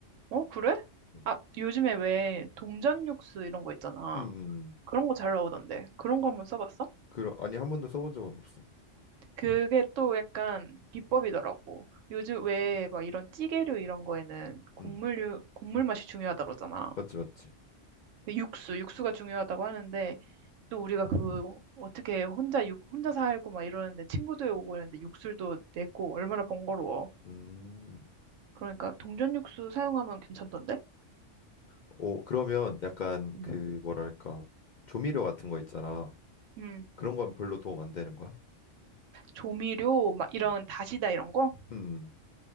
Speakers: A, on the right; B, on the left.
A: 어, 그래?
B: 음,
A: 아, 요즘에 왜 동전 육수 이런 거 있잖아.
B: 음, 음.
A: 그런 거 잘 나오던데. 그런 거 한번 써봤어?
B: 그러, 아니, 한 번도 써본 적은 없어.
A: 그게 또 약간 비법이더라고. 요즘 왜 막 이런 찌개류 이런 거에는 국물류,
B: 음,
A: 국물 맛이 중요하다 그러잖아.
B: 맞지, 맞지.
A: 근데 육수, 육수가 중요하다고 하는데 또 우리가 그 어떻게 혼자 육, 혼자 살고 막 이러는데 친구들 오고 그러는데 육수도 내고 얼마나 번거로워.
B: 음,
A: 그러니까 동전 육수 사용하면 괜찮던데?
B: 오, 그러면 약간
A: 음.
B: 그 뭐랄까 조미료 같은 거 있잖아.
A: 음.
B: 그런 건 별로 도움 안 되는 거야?
A: 조미료 막 이런
B: 음,
A: 다시다 이런 거?
B: 음.